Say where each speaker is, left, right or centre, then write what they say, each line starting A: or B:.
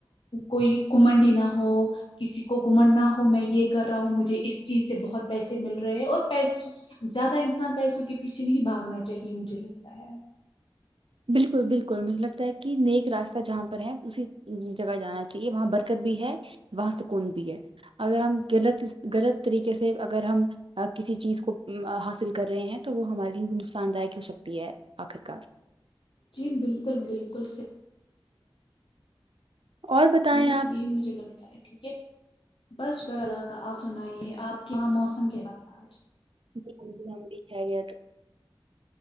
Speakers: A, on the left; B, on the right.
A: کوئی کمنڈی نہ ہو کسی کو گھمنڈ نہ ہو میں یہ کر رہا ہوں مجھے اس چیز سے بہت پیسے مل رہے ہیں اور پس زیادہ انسان پیسوں کے پیچھے نہیں باگنا چاہیے مجھے لگتا ہے
B: بالکل بالکل مجھے لگتا ہے کہ نیک راستہ جہاں پر ہے اسی جگہ جانا چاہیے وہاں برکت بھی ہے وہاں سکون بھی ہے اگر ہم غلط غلط طریقے سے اگر ہم کسی چیز کو حاصل کر رہے ہیں تو وہ ہمارے لیے نقصان دائک ہو سکتی ہے آخرکار
A: جی بالکل بالکل صحیح
B: اور بتائیں
A: یہی
B: آپ
A: یہی مجھے لگتا ہے ٹھیک ہے بس شکر اللہ کا آپ سنائیے آپ کے یہاں موسم کیسا تھا آج
B: <unintelligible>